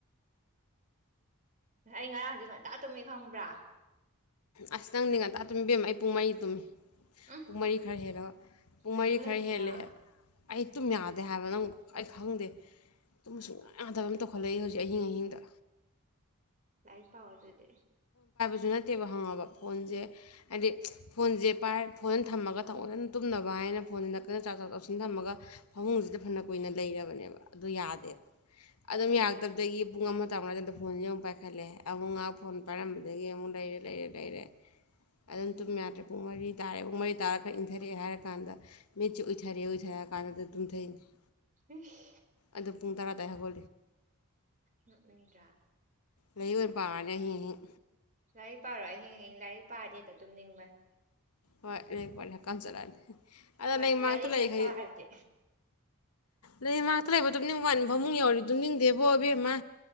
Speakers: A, on the right; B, on the left.
A: ꯑꯩ ꯉꯔꯥꯡꯁꯨ ꯉꯟꯇꯥ ꯇꯨꯝꯃꯦ ꯈꯪꯕ꯭ꯔꯥ
B: ꯑꯁ ꯅꯪꯗꯤ ꯉꯟꯇꯥ ꯇꯨꯝꯕꯦꯝ ꯑꯩ ꯄꯨꯡ ꯃꯔꯤ ꯇꯨꯝꯃꯤ
A: ꯎꯝ
B: ꯄꯨꯡ ꯃꯔꯤ ꯈꯔ ꯍꯦꯜꯂꯒꯥ ꯄꯨꯡ
A: ꯀꯩꯗꯧ
B: ꯃꯔꯤ ꯈꯔ
A: ꯂꯩꯒꯦꯅ
B: ꯍꯦꯜꯂꯦꯑꯦ ꯑꯩ ꯇꯨꯝ ꯌꯥꯗ ꯍꯥꯏꯕ ꯑꯩ ꯈꯪꯗꯦ ꯁꯨꯌꯥ ꯌꯥꯗꯕ ꯃꯥ꫰ꯇꯦꯀꯍꯥꯠꯂꯛꯏ ꯍꯧ ꯑꯍꯤꯡ ꯑꯍꯤꯡ ꯗꯥ
A: ꯂꯥꯏꯔꯤꯛ ꯄꯥꯎ ꯑꯗꯨꯗꯦ
B: ꯑꯗꯨꯨ ꯅꯠꯇꯦꯕ ꯍꯪꯉꯕ ꯐꯣꯟꯁꯦ ꯍꯥꯏꯗꯤ ꯐꯣꯟꯁꯦ ꯄꯥꯏ ꯐꯣꯟ ꯊꯝꯃꯒ ꯊꯑꯣꯣꯏ ꯁꯅ ꯇꯨꯝꯅꯕ ꯍꯥꯏꯅ ꯐꯣꯟꯁꯦ ꯅꯛꯀꯟꯅ ꯆꯥꯛ ꯆꯥꯛ ꯆꯥꯎꯁꯤꯟ ꯊꯝꯃꯒ ꯐꯃꯨꯡꯁꯤꯗ ꯐꯅ ꯀꯨꯏꯅ ꯂꯩꯔꯕꯅꯦꯕ ꯑꯗꯨꯣ ꯌꯥꯗꯦꯕ ꯑꯗꯨꯝ ꯌꯥꯔꯛꯇꯕꯗꯒꯤ ꯄꯨꯡ ꯑꯃ ꯇꯥꯔꯝꯗꯥꯏꯗ ꯐꯣꯟꯁꯦ ꯑꯃꯨꯛ ꯄꯥꯏꯈꯠꯂꯦ ꯍꯥꯏ ꯑꯃꯨꯛ ꯉꯥꯏꯍꯥꯛ ꯐꯣꯟ ꯄꯥꯏꯔꯝꯕꯗꯒꯤ ꯑꯃꯨꯛ ꯂꯩꯔꯦ ꯂꯩꯔꯦ ꯂꯩꯔꯦ ꯑꯗꯨꯝ
A: ꯎꯝ
B: ꯇꯨꯝ ꯌꯥꯗꯔꯦ ꯄꯨꯡ ꯃꯔꯤꯗ ꯇꯥꯔꯦ ꯃꯩ ꯇꯥꯔ ꯈꯔ ꯏꯟꯊꯔꯛꯑꯦ ꯍꯥꯏꯔꯥꯟꯗ ꯃꯤꯠꯁꯤ ꯎꯏꯊꯔꯛꯑꯦ ꯎꯏꯊꯔꯛꯑ ꯀꯥꯟꯗ ꯇꯨꯝꯊꯩꯅꯤꯩ
A: ꯏꯁ
B: ꯑꯗ ꯄꯨꯡ ꯇꯔꯥ ꯗꯩꯩ ꯍꯒꯣ
A: ꯅꯣꯛꯅꯤꯡꯗꯔꯥ
B: ꯂꯩꯏꯛ ꯑꯣꯏꯅ ꯄꯥꯔꯥꯅꯤ ꯑꯍꯤꯡ ꯑꯍꯤꯡ
A: ꯂꯥꯏꯔꯤꯛ ꯄꯥꯔꯣ ꯑꯍꯤꯡ ꯑꯍꯤꯡ ꯂꯥꯏꯔꯤꯛ ꯄꯥꯔꯗꯤ ꯍꯦꯛꯇ ꯑꯗꯨꯝ ꯅꯤꯡꯕꯅꯤ
B: ꯍꯣꯏ ꯑꯦ ꯍ ꯀ ꯆꯠꯂꯛꯑꯅꯤ ꯑꯗ
A: ꯍꯣꯏ
B: ꯅ ꯃꯥꯡꯛꯇ
A: ꯂꯥꯏꯔꯤꯛ
B: ꯂꯩ
A: ꯍꯦꯛ
B: ꯈꯖꯤ
A: ꯄꯥꯔꯗꯤ
B: ꯂꯩꯃꯇ ꯂꯩꯕꯗꯝꯅꯤ ꯋꯥꯠꯅꯤ ꯐꯃꯨꯡ ꯌꯥꯧꯔꯤꯗꯨ ꯅꯤꯡꯗꯦꯕꯣ ꯏꯕꯦꯝꯃ